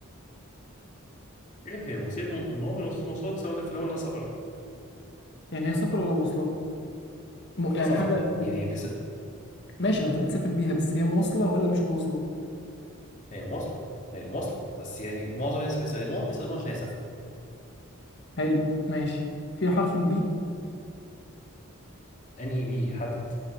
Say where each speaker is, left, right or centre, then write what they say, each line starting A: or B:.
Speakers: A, on the left; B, on the left.
A: ايه هي وسيلة م... المؤمن وسيلة مواصلات بس انا قلت لك في الاول انها سفر
B: يعني هي سفر ولا مواصلات م... يعني
A: سفر
B: حاجة ب...
A: يعني بس
B: ماشي ما انت بتسافر بيها بس هي مواصلة ولا مش مواصلة
A: هي مواصلة هي مواصلة بس يعني معظم الناس بيستخدموها بيستخدموها عشان يسافروا
B: حلو ماشي فيها حرف البي
A: انهي بي يحدد